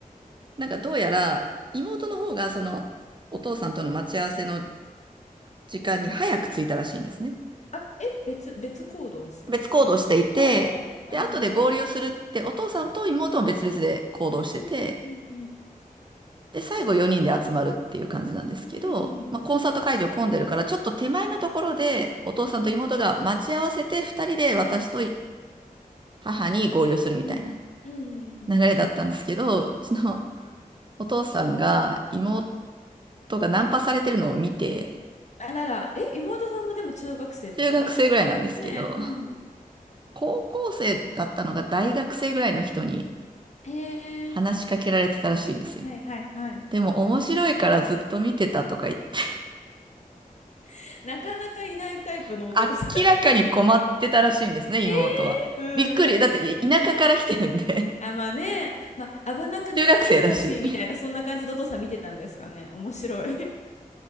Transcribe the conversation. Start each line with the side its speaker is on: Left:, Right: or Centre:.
Right: なんかどうやら妹の方がそのお父さんとの待ち合わせの時間に早く着いたらしいんですね。
Left: あ、え、別、別行動をしてるんですか
Right: 別行動していて、
Left: ああー、なるほど。
Right: で、後で合流するってお父さんと妹も別々で行動してて、
Left: うんうんうん
Right: で、最後4人で集まるっていう感じなんですけど、
Left: うん。うん。
Right: まあ、コンサート会場混んでるから、ちょっと手前のところで、お父さんと妹が待ち合わせて、
Left: うん
Right: 2人で私と
Left: うん
Right: 母に合流するみたいな
Left: うん。うん。
Right: 流れだったんですけど、うちのお父さんが妹がナンパされてるのを見て、
Left: あらら、え、妹さんもでも中学生とか
Right: 中学生ぐらいなんですけど、
Left: ねえ、うん。
Right: 高校生だったのが大学生ぐらいの人に
Left: え
Right: 話しかけられてたらしいんですよ。
Left: えはいはいはい。
Right: でも面白いからずっと見てたとか言って、
Left: <laughs> なかなかいないタイプのお父さん。
Right: <laughs> 明らかに困ってたらしいんですね、妹は。
Left: ええー、
Right: びっくり。
Left: うん。
Right: だって田舎から来てるんで、
Left: あ、まあね、まあ危なくなさそうだし、
Right: <laughs> 中学生だし。
Left: みたいな、そんな感じでお父さん見てたんですかね。面白い。<laughs>